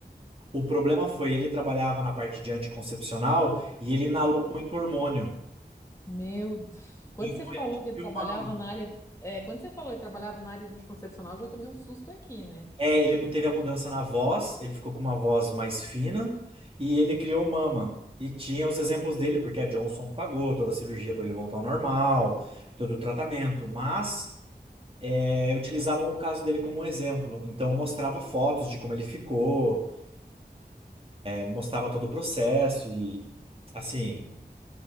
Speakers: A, on the right; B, on the left.
A: O problema foi ele trabalhava na parte de anticoncepcional e ele
B: Hum.
A: inalou muito hormônio.
B: Meu, Deus. quando
A: Então
B: você falou
A: ele adquiriu
B: que ele trabalhava
A: mama.
B: na área, é, quando você falou que ele trabalhava na área de anticoncepcional, eu já tomei um susto aqui, né?
A: É, ele teve a mudança na voz, ele ficou com uma voz mais fina e ele criou mama. E tinha os exemplos dele, porque a Johnson pagou toda a cirurgia para ele voltar ao normal, todo o tratamento, mas é, utilizavam o caso dele como um exemplo. Então mostrava fotos de como ele ficou. mostrava todo o processo e, assim,